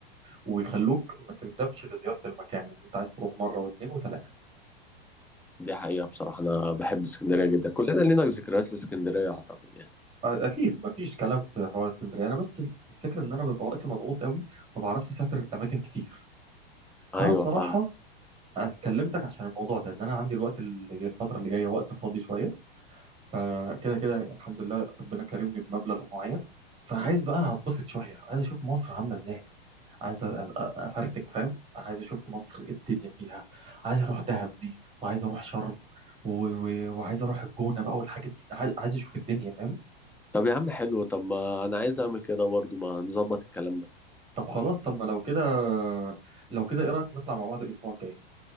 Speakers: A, on the right; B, in the centre.
A: ويخلوك ما تندمش لزياره المكان يعني انت عايز تروح مره واثنين وثلاثه
B: دي حقيقة بصراحة أنا بحب اسكندرية جدا كلنا لينا ذكريات في اسكندرية أعتقد يعني
A: اكيد ما فيش كلام في حوار اسكندريه انا بس الفكره ان انا ببقى وقتي مضغوط قوي ما بعرفش اسافر اماكن كتير
B: أيوة
A: فانا بصراحه
B: فاهم
A: أنا كلمتك عشان الموضوع ده ان انا عندي الوقت اللي- الفتره اللي جايه وقت فاضي شويه فكده كده الحمد لله ربنا كرمني بمبلغ معين فعايز بقى هتبسط شويه عايز اشوف مصر عامله ازاي عايز أ- أ- افرتك فاهم عايز اشوف مصر ايه الدنيا فيها عايز اروح دهب دي وعايز اروح شرم و... و... وعايز اروح الجونه بقى والحاجات دي عايز عايز اشوف الدنيا فاهم
B: طب يا عم حلو طب ما انا عايز اعمل كده برضه ما نظبط الكلام ده
A: طب خلاص طب ما لو كده لو كده ايه رايك نطلع مع بعض الاسبوع الجاي